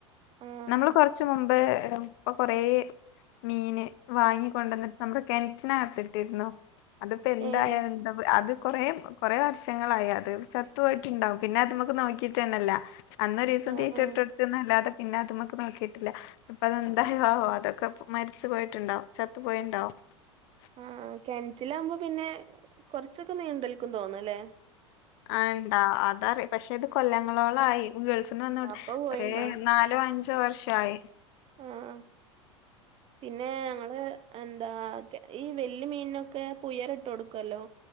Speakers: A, on the right (about 35°); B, on the left (about 55°).
A: ആഹ്
B: നമ്മള് കൊറച്ച് മുമ്പ് ഉപ്പ കൊറേ മീന് വാങ്ങിക്കൊണ്ടന്നിട്ട് ന്നമ്ക്ക്‌ കെൻറ്റിനകത്തിട്ടിരുന്നു അതിപ്പെ എന്തായ
A: ഏഹ്
B: എന്താ വ അത് കൊറേ കൊറേ വർഷങ്ങളായി അത് ചത്തു പോയിട്ട്ണ്ടാവും പിന്നത് മ്മക്ക്ന്നൊക്കിട്ടനനല്ല അന്നൊരീസം
A: ആഹ്
B: തീറ്റട്ടോട്ത്ത്ന്നല്ലാതെ
A: ആഹ്
B: പിനത് മ്മക്ക് ന്നോക്കിട്ടില്ല ഇപ്പതെന്തായാവോ അതൊക്കെ പ് മരിച്ചു പോയിട്ടുണ്ടാവും ചത്തു പോയിണ്ടാവും <inaudible>
A: ആ കിണറ്റിലകുമ്പോ പിന്നെ കൊറച്ചൊക്കെ നീണ്ടൽക്കും തോന്ന അല്ലേ
B: ആ ഉണ്ടാ അതറി പക്ഷെ ഇത് കൊല്ലങ്ങളോളം ആയി ഗൾഫിൽന്ന് വന്നോണ്ട്
A: അപ്പൊ പോയിണ്ടോ
B: ഒ നാലോ അഞ്ചോ വർഷയി <inaudible>
A: ആഹ് പിന്നെ ഞങ്ങള് എന്താ ഈ വെല് മീനിനൊക്കെ പുയർ ഇട്ട് കൊടുക്കുവല്ലോ